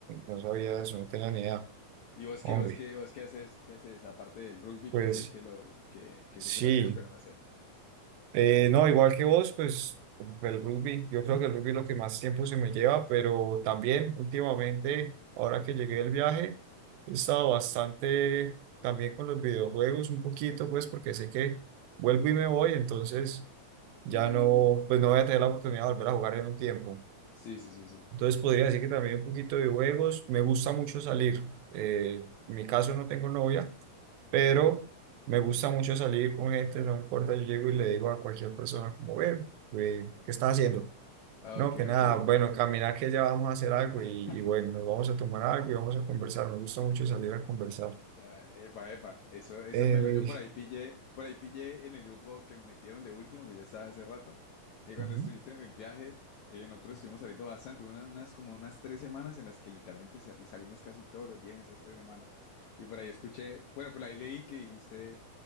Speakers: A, on the right; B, on the left.
A: no sabía eso, no tenía ni idea.
B: ¿Y vos
A: Hombre,
B: qué, vos qué, vos qué haces, qué haces, aparte del rugby,
A: pues
B: que sé que lo, que, que
A: sí.
B: sé que lo haces, pero no sé.
A: Eh, no, igual que vos, pues el rugby, yo creo que el rugby es lo que más tiempo se me lleva, pero también últimamente, ahora que llegué del viaje, he estado bastante también con los videojuegos, un poquito, pues porque sé que vuelvo y me voy, entonces ya
B: Mm,
A: no, pues no voy a tener la oportunidad de volver a jugar en un tiempo.
B: Sí, sí, sí, sí.
A: Entonces podría decir que también un poquito de juegos, me gusta mucho salir. Eh, en mi caso no tengo novia, pero me gusta mucho salir con gente, no importa, yo llego y le digo a cualquier persona como, "Ve, ve, ¿qué está haciendo?
B: Ok,
A: No, que nada,
B: ok.
A: bueno, caminar que ya vamos a hacer algo y,
B: <laughs>
A: y bueno, nos vamos a tomar algo y vamos a conversar, me gusta mucho salir a conversar.
B: Ya, epa, epa, eso, eso
A: Eh,
B: me lo, yo por ahí pillé, por ahí pillé en el grupo que me metieron de último, que ya estaba hace rato, que cuando
A: Ujú.
B: estuviste en el viaje, eh, nosotros estuvimos saliendo bastante, unas, unas como unas tres semanas en las que literalmente sal- salimos casi todos los días en esas tres semanas. Y por ahí escuché, bueno, por ahí leí que dijiste,